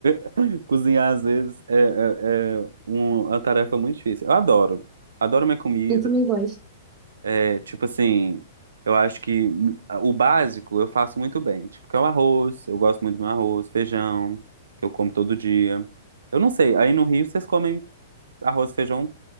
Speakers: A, on the right (about 80°); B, on the right (about 30°).
A: <laughs> Cozinhar, às vezes, é, é, é uma tarefa muito difícil. Eu adoro. Adoro minha comida.
B: Eu também gosto.
A: É, tipo assim, eu acho que o básico eu faço muito bem. Tipo, que é o arroz, eu gosto muito do meu arroz, feijão, que eu como todo dia. Eu não sei, aí no Rio vocês comem arroz e feijão